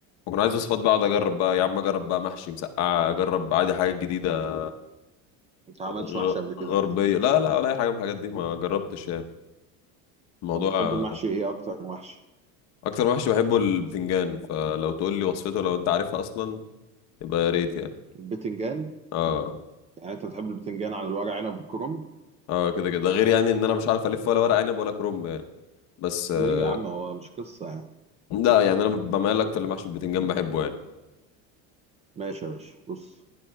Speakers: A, on the left; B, on the right.
A: بكون عايز وصفات بقى اقعد اجرب بقى يا عم اجرب بقى محشي مسقعه اجرب عادي حاجات جديده
B: انت ما عملتش
A: غ-
B: محشي قبل كده
A: غربية
B: اكيد
A: لا لا ولا أي حاجة من الحاجات دي ما جربتش يعني الموضوع
B: طب بتحب المحشي ايه اكتر محشي
A: أكتر محشي بحبه البتنجان فلو تقول لي وصفته لو أنت عارفها أصلا يبقى يا ريت يعني
B: البتنجان
A: اه
B: يعني انت بتحب البتنجان على الورق عنب والكرنب
A: اه كده كده ده غير يعني إن أنا مش عارف ألف ولا ورق عنب ولا كرنب يعني بس
B: ليه
A: آه،
B: يا عم هو مش قصة يعني
A: لا يعني أنا بميل أكتر لمحشي البتنجان بحبه يعني
B: ماشي يا باشا بص